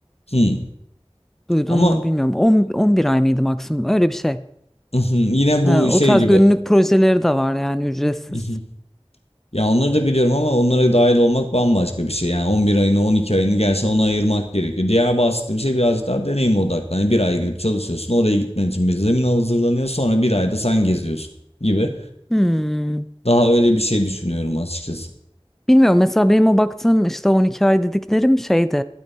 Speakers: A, on the left; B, in the centre.
A: Hmm.
B: Duydun
A: Ama
B: mu bilmiyorum. 10, 11 ay mıydı maksimum? Öyle bir şey.
A: <laughs> yine bu
B: E, O
A: şey
B: tarz
A: gibi
B: gönüllülük projeleri de var yani ücretsiz.
A: <laughs> Ya onları da biliyorum ama onlara dahil olmak bambaşka bir şey. Yani 11 ayını 12 ayını gerçekten ona ayırmak gerekiyor. Diğer bahsettiğim şey birazcık daha deneyim odaklı. Hani bir ay gidip çalışıyorsun oraya gitmen için bir zemin hazırlanıyor sonra bir ayda sen geziyorsun gibi.
B: Hmm.
A: Daha öyle bir şey düşünüyorum açıkçası.
B: Bilmiyorum mesela benim o baktığım işte 12 ay dediklerim şeyde